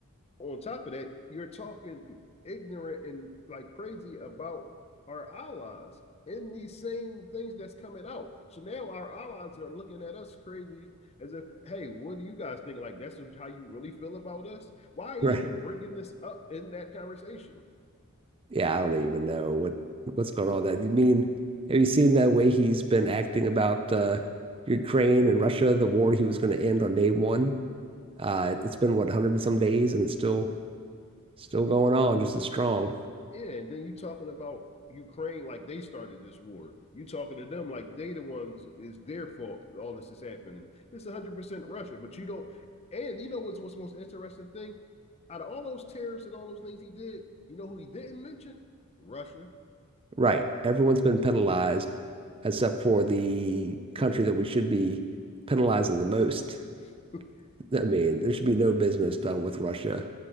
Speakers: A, on the left (about 30°); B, on the right (about 25°).
A: on top of that, you're talking ignorant and like crazy about our allies in these same things that's coming out. So now our allies are looking at us crazy as if, hey, what do you guys think? Like, that's how you really feel about us? Why are
B: right.
A: you even bringing this up in that conversation?
B: Yeah, I don't even know what what's going on with that. You mean, have you seen that way he's been acting about uh Ukraine and Russia, the war he was going to end on day one? Uh it's been what, 100 and some days and it's still still going on just as strong.
A: Yeah, and then you talking about Ukraine like they started this war. You talking to them like they the ones is their fault all this is happening. This is 100% Russia, but you don't and you know what's what's the most interesting thing? Out of all those tariffs and all those things he did, you know who he didn't mention? Russia.
B: Right. Everyone's been penalized except for the country that we should be penalizing the most.
A: <laughs>
B: I mean, there should be no business done with Russia.